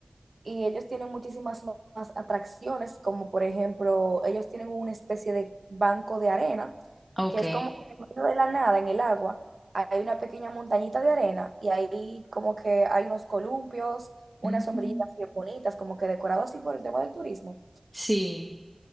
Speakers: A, on the right; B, in the centre.
A: Y ellos tienen muchísimas ma- más atracciones, como por ejemplo, ellos tienen una especie de banco de arena,
B: Ok.
A: que es como que en medio de la nada, en el agua, hay una pequeña montañita de arena y ahí como que hay unos columpios, unas
B: Ujú.
A: sombrillitas bien bonitas, como que decorados así por el tema del turismo.
B: Sí.